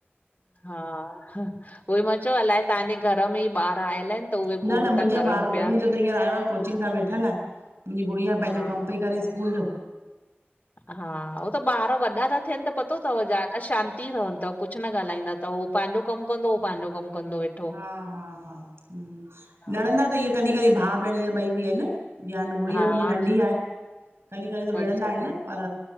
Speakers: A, on the left; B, on the right.
A: हा उहई मां चयो अलाए तव्हांजे घर में ई ॿार आयल आहिनि त उहे
B: न
A: गोड़
B: न मुंहिंजा
A: था करनि
B: ॿार
A: पिया।
B: कोनन मुंहिंजो त हींअर आयो आ कोचिंग ता वेठल मुंहिंजी गुड़िया पंहिंजो
A: हा
B: कमु पई करे स्कूल जो
A: हा उहो त ॿार वॾा था थियनि त पतो तव ज्यादा शांती रहनि अथव कुछ कुछ न ॻाल्हाईंदा त हो पंहिंजो कमु कंदो हो पंहिंजो कमु कंदोव वेठो।
B: हा हा हा हम्म
A: हा
B: लड़ंदा त इअं कॾहिं कॾहिं भाउ भेण इअं बई बि आहिनि। या गुड़िया
A: हा,
B: मुंहिंजी नंढी आहे कॾहिं कॾहिं त विढ़ंदा
A: अच्छा
B: आहिनि पर